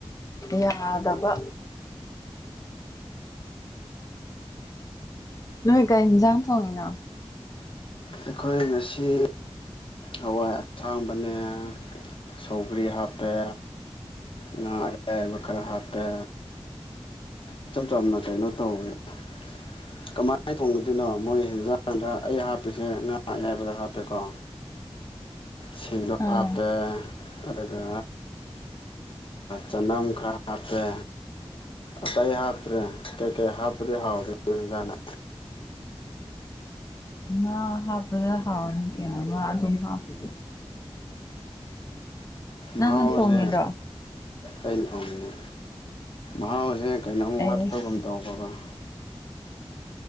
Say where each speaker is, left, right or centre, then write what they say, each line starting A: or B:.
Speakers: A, on the left (about 35°); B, on the left (about 55°).
A: ꯌꯥꯗꯕ ꯅꯣꯏ ꯀꯥꯏ ꯍꯟꯖꯥꯡ ꯊꯣꯡꯉꯤꯅꯣ
B: ꯑꯩꯈꯣꯏ ꯉꯁꯤ ꯍꯋꯥꯏ ꯑꯁꯥꯡꯕꯅꯦ ꯁꯧꯒ꯭ꯔꯤ ꯍꯥꯞꯄꯦ ꯉꯥ ꯒꯌꯥꯢꯕ ꯈꯔ ꯍꯥꯞꯄꯦ ꯏꯆꯝ ꯆꯝꯅ ꯀꯩꯅꯣ ꯇꯧꯋꯦꯗ ꯀꯃꯥꯏꯅ ꯊꯣꯡꯒꯗꯣꯏꯅꯣ ꯃꯣꯏ ꯍꯦꯟꯖꯥꯡꯗ ꯑꯩ ꯍꯥꯄꯤꯁꯦ ꯉꯥ ꯑꯌꯥꯏꯕꯗ ꯍꯥꯞꯄꯦꯀꯣ ꯁꯤꯡꯗꯣ
A: ꯑꯥ
B: ꯍꯥꯞꯄꯦ ꯑꯗꯨꯒ ꯆꯅꯥꯝ ꯈꯔ ꯈꯥꯞꯄꯦ ꯑꯇꯩ ꯍꯥꯞꯇ꯭ꯔꯦ ꯀꯩꯀꯩ ꯍꯥꯞꯄꯗꯤ ꯍꯥꯎꯗꯦ ꯌꯦꯟꯖꯥꯡꯗ
A: <inaudible> ꯉꯥ ꯍꯥꯞꯄꯗ ꯍꯥꯥꯎꯅꯤ ꯀꯩꯅꯣ ꯑꯗꯨꯝ ꯍꯥꯞꯄꯣ ꯅꯪꯅ
B: ꯃꯍꯥꯎꯁꯦ
A: ꯊꯣꯡꯉꯤꯔꯣ
B: ꯑꯩꯅ ꯊꯣꯡꯉꯤꯅꯦ ꯃꯍꯥꯎꯁꯦ ꯀꯩꯅꯣꯝ
A: ꯑꯩꯁ
B: ꯋꯥꯠꯄꯒꯨꯝ ꯇꯧꯕꯅꯦ